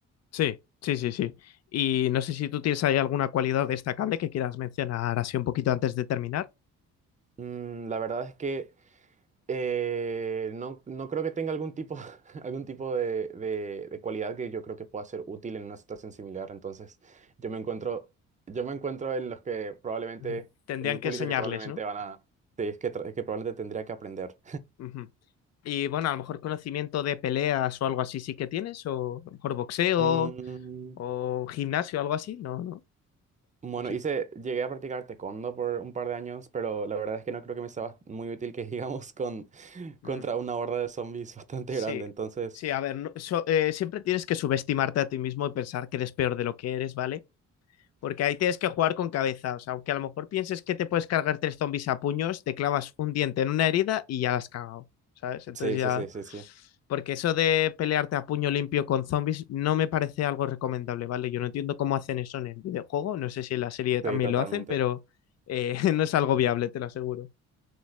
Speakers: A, on the left (about 55°); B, on the right (about 25°).
A: Sí, sí, sí, sí. Y no sé si tú tienes ahí alguna cualidad destacable que quieras mencionar así un poquito antes de terminar.
B: Mm, la verdad es que Eh, no, no creo que tenga algún tipo, <laughs> algún tipo de, de- de cualidad que yo creo que pueda ser útil en una situación similar. Entonces, yo me encuentro, yo me encuentro en los que probablemente,
A: Ujú. Tendrían
B: en el
A: que
B: público
A: enseñarles,
B: que probablemente
A: ¿no?
B: van a, sí, es que, tra- que probablemente tendría que aprender.
A: Uh -huh. Y bueno, a lo mejor conocimiento de peleas o algo así sí que tienes, o a lo mejor boxeo
B: Mm,
A: o gimnasio, algo así, no, no.
B: bueno,
A: Así.
B: hice, llegué a practicar taekwondo por un par de años, pero la verdad es que no creo que me sea muy útil que <laughs> digamos con, contra
A: Mm,
B: una horda de zombies bastante
A: Sí,
B: grande. Entonces,
A: sí, a ver, no- so- eh, siempre tienes que subestimarte a ti mismo y pensar que eres peor de lo que eres, ¿vale? Porque ahí tienes que jugar con cabeza, o sea, aunque a lo mejor pienses que te puedes cargar tres zombies a puños, te clavas un diente en una herida y ya la has cagado, ¿sabes? Entonces
B: sí,
A: ya
B: sí, sí, sí, sí,
A: Porque eso de pelearte a puño limpio con zombies no me parece algo recomendable, ¿vale? Yo no entiendo cómo hacen eso en el videojuego, no sé si en la serie también
B: sí, totalmente.
A: lo hacen, pero
B: <laughs>
A: eh, <laughs> no es algo viable, te lo aseguro.